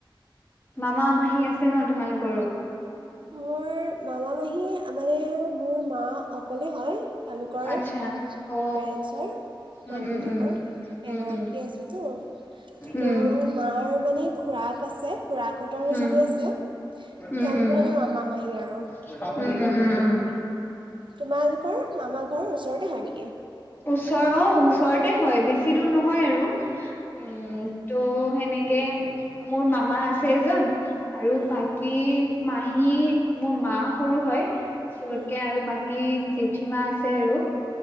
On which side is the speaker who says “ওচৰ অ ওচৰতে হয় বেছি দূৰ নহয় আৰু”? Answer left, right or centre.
Left